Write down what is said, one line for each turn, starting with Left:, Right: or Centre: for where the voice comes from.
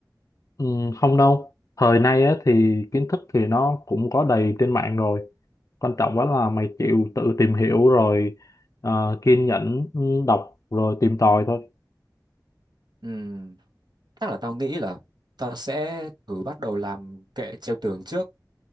Left: Ừ, không đâu thời nay á thì kiến thức thì nó cũng có đầy trên mạng rồi quan trọng quá là mày chịu tự tìm hiểu rồi ờ, kiên nhẫn ừ, đọc rồi tìm tòi thôi
Right: Ừ, chắc là tao nghĩ là tao sẽ thử bắt đầu làm kệ treo tường trước.